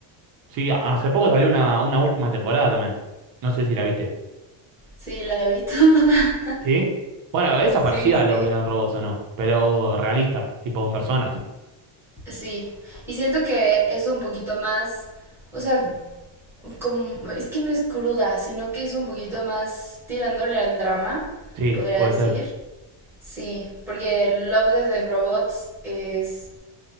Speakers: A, on the right (about 45°); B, in the centre.
A: Sí, hace poco salió una, una última temporada también. No sé si la viste.
B: Sí, la vi toda. <laughs>
A: ¿Sí? Bueno, esa
B: Sí,
A: es parecida
B: sí,
A: a Love, Death and Robots o no, pero realista, tipo con personas.
B: sí. Y siento que es un poquito más, o sea, como, es que no es cruda, sino que es un poquito más tirándole al drama,
A: Sí,
B: podría
A: puede
B: decir.
A: ser.
B: Sí, porque Love, Death and Robots es...